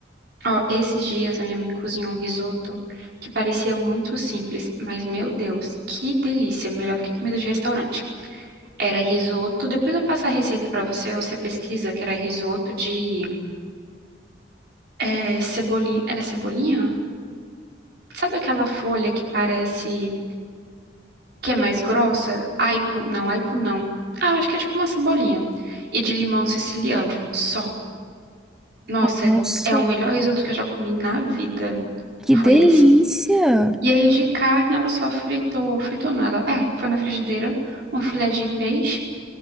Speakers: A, on the right (about 60°); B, in the centre.
A: ó, esses dias a minha mãe cozinhou um risoto que parecia muito simples, mas meu Deus, que delícia! Melhor que comida de restaurante. Era risoto. Depois eu passo a receita pra você, ou você pesquisa que era risoto de é, cebolinha. Era cebolinha? Sabe aquela folha que parece que é mais grossa, aipo, não, aipo não. Ah, eu acho que é tipo uma cebolinha. E de limão siciliano, só. Nossa,
B: Nossa,
A: é o melhor risoto que eu já comi na vida.
B: que
A: Foi
B: delícia!
A: esse. E aí de carne ela só fritou, fritou não, ela, é, foi na frigideira, um filé de peixe